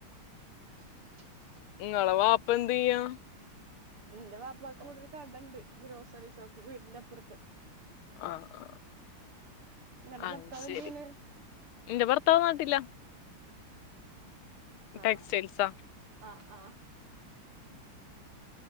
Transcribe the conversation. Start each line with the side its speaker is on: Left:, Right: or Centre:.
Right: <unintelligible>
Left: ഇവളെ വാപ്പ എന്ത് ചെയ്യാ?
Right: എന്റെ വാപ്പാക്ക് ഇവടെ ഒരു കടണ്ട്. Grocery shop വീടിന്റെപ്പുറത്ത്.
Left: ആ ആ
Right: നിങ്ങടെ
Left: ആ
Right: ഭർത്താവ്
Left: ശരി
Right: എന്ത് ചെയ്യണ്
Left: ന്റെ ഭർത്താവ് നാട്ടിലാ
Right: ആ
Left: ടെക്സ്റ്റൈൽസാ
Right: ആ ആ